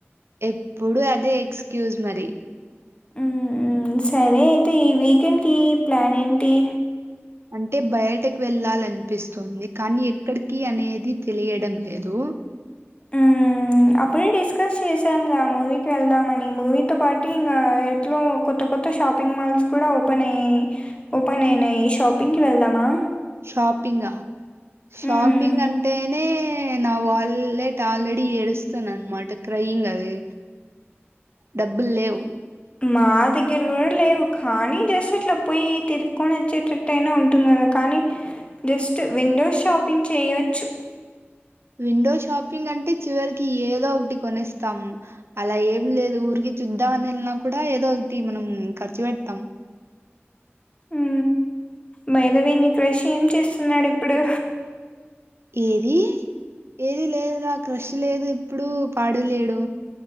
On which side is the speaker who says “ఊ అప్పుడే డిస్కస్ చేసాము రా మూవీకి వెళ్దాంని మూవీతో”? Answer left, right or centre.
Left